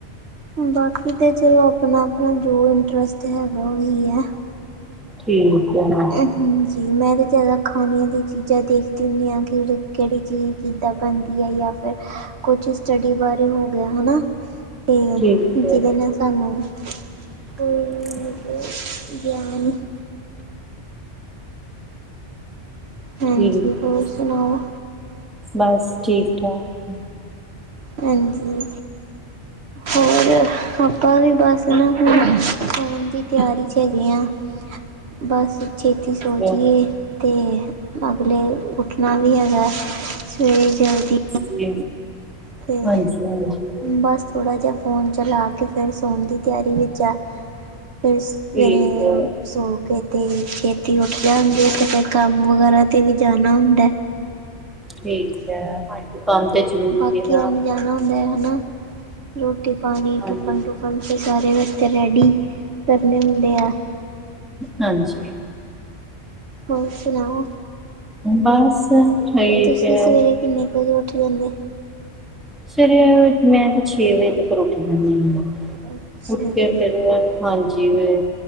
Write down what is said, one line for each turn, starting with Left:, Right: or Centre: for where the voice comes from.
Right: ਬਾਕੀ ਤੇ, ਚਲੋ ਆਪਣਾ-ਆਪਣਾ ਜੋ ਇੰਨਟਰਸਟ ਹੈਗਾ, ਉਹੀ ਐ।
Centre: ਠੀਕ ਐ।
Right: ਹਾਂਜੀ ਮੈਂ ਤਾਂ ਜ਼ਿਆਦਾ ਖਾਣੀਆਂ ਦੀਆਂ ਚੀਜ਼ਾਂ ਦੇਖਦੀ ਹੁੰਦੀ ਆਂ ਕਿ ਕਿਹੜੀ ਚੀਜ਼ ਕਿਦਾਂ ਬਣਦੀ ਹੈ ਜਾਂ ਫਿਰ, ਕੁਛ ਸਟੱਡੀ ਬਾਰੇ ਹੋ ਗਿਆ ਹਨਾ। ਤੇ
Centre: ਠੀਕ
Right: ਜਿਹਦੇ
Centre: ਹੈ
Right: ਨਾ ਸਾਨੂੰ ਕੋਈ
Centre: <inaudible>
Right: ਮਿਲੇ <inaudible> ਹਾਂਜੀ,
Centre: ਠੀਕ ਹੈ
Right: ਹੋਰ ਸੁਣਾਓ?
Centre: ਬਸ ਠੀਕ ਠਾਕ।
Right: ਹਾਂਜੀ, ਹੋਰ ਆਪਾਂ ਵੀ ਬਸ ਨਾ ਹੁਣ ਸੋਣ ਦੀ ਤਿਆਰੀ 'ਚ ਹੈਗੇ ਆ ਬਸ ਛੇਤੀ ਸੋ ਜੀਏ
Centre: ਹੈ
Right: ਤੇ, ਅਗਲੇ ਉੱਠਣਾ ਵੀ ਹੈਗਾ, ਸਵੇਰੇ ਜਲਦੀ।
Centre: <unintelligible>
Right: ਫੇਰ,
Centre: ਹਾਂਜੀ
Right: ਬਸ ਥੋੜ੍ਹਾ ਜਿਹਾ ਫੋਨ ਚਲਾ ਕੇ ਫੇਰ ਸੋਣ ਦੀ ਤਿਆਰੀ ਵਿੱਚ ਆ ਫਿਰ ਸਵੇਰੇ
Centre: ਠੀਕ ਹੈ
Right: ਸੋ ਕੇ ਤੇ ਛੇਤੀ ਉੱਠ ਜਾਂਦੀ ਹੈ ਤੇ ਫਿਰ ਕੰਮ ਵਗੈਰਾ ਤੇ ਵੀ ਜਾਣਾ ਹੁੰਦਾ। <inaudible>
Centre: ਠੀਕ ਹੈ, ਕੰਮ ਤੇ ਜ਼ਰੂਰੀ
Right: ਬਾਕੀਆਂ
Centre: ਏ ਨਾ।
Right: ਨੇ ਜਾਣਾ ਹੁੰਦਾ, ਹੈਨਾ। ਰੋਟੀ-ਪਾਣੀ,
Centre: ਹਾਂਜੀ।
Right: ਟਿਫਨ-ਟੂਫਨ ਬੰਚੇ ਸਾਰੇ ਵਾਸਤੇ ਰੈਡੀ ਕਰਨੇ ਹੁੰਦੇ ਐ।
Centre: ਹਾਂਜੀ।
Right: ਹੋਰ ਸੁਣਾਓ।
Centre: ਬਸ ਠੀਕ
Right: ਤੁਸੀਂ
Centre: ਐ।
Right: ਸਵੇਰੇ ਕਿੰਨੇ ਕੁ ਵਜੇ ਉੱਠ ਜਾਂਦੇ?
Centre: ਸਵੇਰੇ ਮੈਂ ਤੇ ਛੇ ਵਜੇ ਤੱਕ ਉੱਠ ਜਾਂਦੀ ਆਂ।
Right: ਅੱਛਾ
Centre: ਉੱਠ ਕੇ,
Right: ਜੀ
Centre: ਫਿਰ ਮੈ, ਹਾਂਜੀ ਵੇ